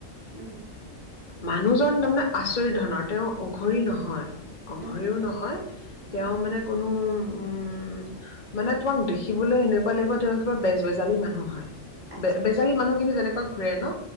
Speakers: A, on the right; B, on the left.
A: উম,
B: মানুহজন তাৰমানে আচৰিত ধনৰ তেওঁ অঘৰি নহয়ৃ। অঘৰিও
A: উম, উম,
B: নহয় তেওঁ
A: উম,
B: মানে কোনো উম মানে তোমাক দেখিবলৈ এনেকুৱা লাগিব তেওঁ কিবা বেজ বেজালি মানুহ হয়।
A: আচ্ছা
B: বেজালি মানুহ কিন্তু নেদেখাই। অ ঘূৰে ন